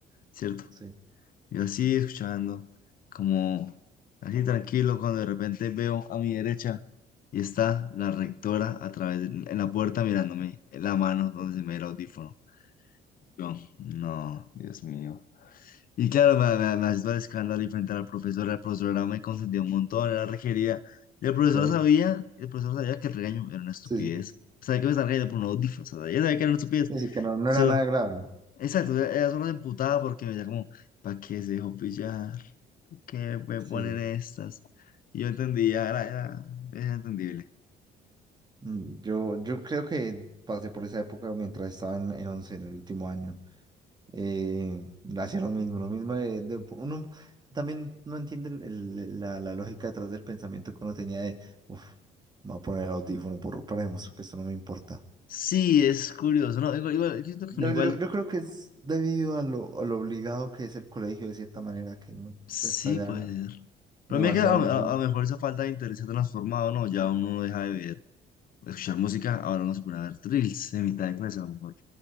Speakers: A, on the left; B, on the right.
A: ¿cierto?
B: sí,
A: Yo así escuchando, como así tranquilo, cuando de repente veo a mi derecha y está la rectora a través de- en la puerta mirándome en la mano donde se me ve el audífono. Yo, no, Dios mío. Y claro, me, me, me asustó el escándalo y frente a la profesora, la profesora me consentía un montón, era requerida. Y el profesor
B: ok.
A: sabía, el profesor sabía que el regaño era una estupidez.
B: Sí, sí.
A: Sabía que me estaba regañando por un audífono, o sea, ella sabía que era una estupidez.
B: Así que no, no
A: Solo,
B: era nada grave.
A: exacto, ella solo se emputaba porque me decía como, ¿para qué se dejó pillar? que me
B: sí
A: ponen
B: sí.
A: estas. Yo entendía, era, era, era entendible.
B: Mm, Yo, yo creo que pasé por esa época mientras estaba en, en 11 en el último año. Eh, hacía lo mismo, lo mismo de, de- uno también no entiende el- el- la, la lógica detrás del pensamiento que uno tenía de, uff, me voy a poner el audífono por, para demostrar que esto no me importa.
A: Sí, es curioso, ¿no? Igual, igual, yo siento que
B: Yo,
A: uno igual,
B: yo, yo creo que es debido a lo, a lo obligado que es el colegio, de cierta manera, que uno
A: sí
B: está ya
A: puede ser. Pero
B: demasiado
A: a mí es que a, a-
B: obligado.
A: a lo mejor esa falta de interés se ha transformado, ¿no? Ya uno deja de ver, escuchar música, ahora uno se pone a ver reels en mitad de clase, a lo mejor,